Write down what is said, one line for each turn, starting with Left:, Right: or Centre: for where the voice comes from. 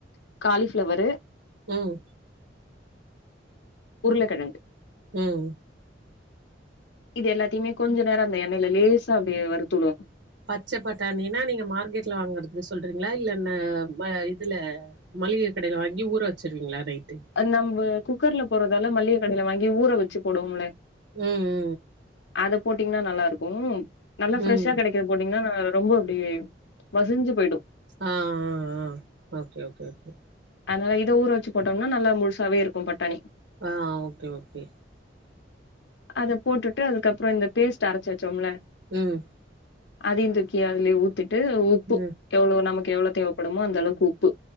Left: காலிஃபளவரு
Right: உம்
Left: உருளக்கெழங்கு
Right: உம்
Left: இது எல்லாத்தயுமே கொஞ்ச நேரோ அந்த எண்ணயில லேசா அப்டியே வருத்து விடணும் ம்
Right: பச்ச பட்டாணினா நீங்க மார்க்கெட்ல வாங்கறது சொல்றீங்களா இல்ல இதுல மளிகை கடைல வாங்கி ஊற வச்ருவீங்களா நைட்டு
Left: நம்ப குக்கர்ல போறதால மல்லிகை கடையில வாங்கி ஊற வச்சு போடுவோம்ல
Right: உம்
Left: அத போட்டீங்கனா நல்லா இருக்கூ நல்லா
Right: ம்
Left: ஃப்ரெஷ்ஷா
Right: ம்
Left: கெடைக்கூ போட்டீங்கன்னா நா ரொம்ப அப்டியே மசிஞ்சு போயிடூ
Right: ஆ ஆ ஆ ஓகே ஓகே ஓகே
Left: அதனால இத ஊற வச்சு போட்டோம்னா நல்லா முழுசாவே இருக்கூ பட்டாணி
Right: ஆ ஓகே ஓகே
Left: அத போட்டுட்டு அதுக்கப்புறம் இந்த பேஸ்ட் அரைச்சு வச்சோம்ல
Right: உம்
Left: அதையு தூக்கி அதுலயே ஊத்திட்டு உப்பு
Right: ம்
Left: எவ்ளோ நமக்கு எவ்ளோ தேவப்படுமோ அந்தளவுக் உப்பு